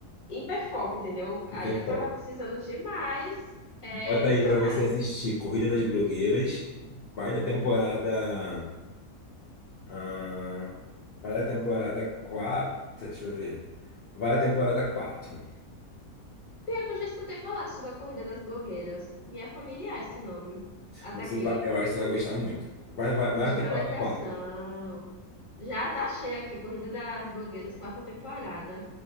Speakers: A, on the left; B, on the left.
A: hiperfoco, entendeu? Aí
B: E fofoca.
A: eu tava precisando de mais é,
B: Bota
A: canais.
B: aí pra você assistir Corrida das Blogueiras. Vai
A: Corrida
B: da temporada.
A: das blogueiras.
B: Ah, vai da temporada quatro Deixa eu ver. Vai da temporada quatro
A: Pior que eu já escutei falar disso da Corrida das Blogueiras. Minha família é esse nome. Ah,
B: Você
A: tá aqui.
B: vai, eu acho que você vai gostar muito. Vai, vai, vai
A: Diva
B: na temporada
A: Depressão.
B: quatro
A: Já tá cheia aqui, Corrida das Blogueiras, quarta temporada.